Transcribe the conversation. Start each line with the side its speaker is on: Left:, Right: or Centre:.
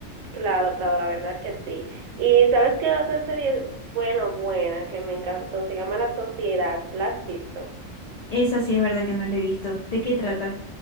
Right: Claro, claro, la verdad que sí. Y ¿sabes qué otra serie es buena, buena, que me encantó? Se llama La Sociedad. ¿La has visto?
Left: Esa sí es verdad que no la he visto. ¿De qué trata?